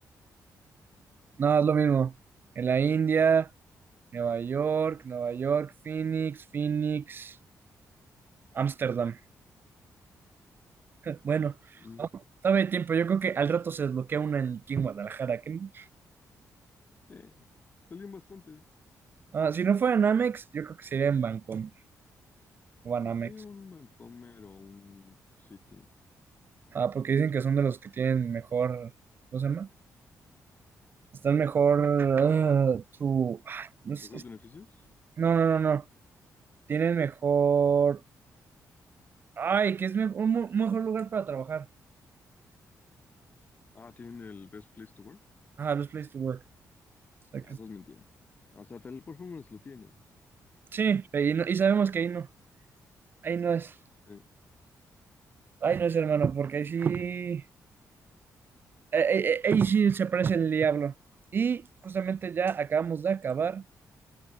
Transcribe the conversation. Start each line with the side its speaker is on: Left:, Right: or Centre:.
Right: No, es lo mismo. En la India, Nueva York, Nueva York, Phoenix, Phoenix, Ámsterdam. Bueno,
Left: Mm,
Right: no, todavía hay tiempo. Yo creo que al rato se desbloquea una en- aquí en Guadalajara. que- no.
Left: sí, salían bastantes.
Right: ah, si no fuera en Amex, yo creo que sería en Bancomer o en Amex.
Left: Sí, un Vancomer o un City.
Right: Ah, porque dicen que son de los que tienen mejor. ¿Cómo se llama? Están mejor. ah, su. ay, no, sé,
Left: ¿Mejores
Right: es-
Left: beneficios?
Right: no, no, no, no. Tienen mejor. Ay, que es me- un, mo- mejor lugar para trabajar.
Left: Ah, tienen el Best Place to Work.
Right: Ah, best place to work. O sea
Left: Ah,
Right: que-
Left: eso es mentira. O sea, Teleperformance lo tiene.
Right: sí, y, no- y sabemos que ahí no. Ahí no es.
Left: Sí,
Right: Ahí no es, hermano, porque ahí sí. eh, eh, eh, ahí sí se parece el diablo. Y justamente ya acabamos de acabar